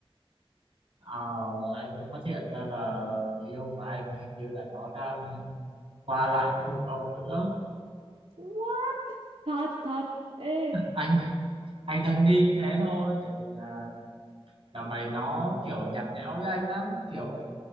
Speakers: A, on the right (about 65°); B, on the right (about 85°).
A: Ờ, anh vừa phát hiện ra là người yêu của anh hình như là nó đang qua lại với một ông nữa
B: what thật thật ê
A: anh anh đang nghi thế thôi tại vì là dạo này nó kiểu nhạt nhẽo với anh lắm kiểu